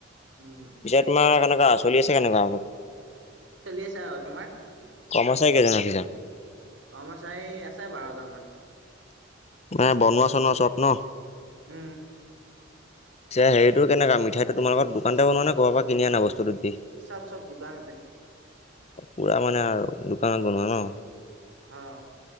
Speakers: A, on the right; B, on the left.
A: উম,
B: পিছে তোমাৰ কেনেকুৱা, চলি আছে কেনেকুৱা?
A: চলিছে আৰু তোমাৰ?
B: কৰ্মচাৰী কেইজন ৰাখিছা?
A: কৰ্মচাৰী আছে বাৰজন মান।
B: মানে, বনোৱ চনোৱা চব ন'।
A: উম।
B: হেৰিটো কেনেকুৱা মিঠাইটো তোমালোক দোকানতে বনোৱাে নে, ক'ৰবাৰ পৰা কিনি আনা বস্তুটো দি।
A: চব, চব দোকানতে।
B: পুৰা মানে আৰু দোকানত বনোৱা ন'।
A: অ'।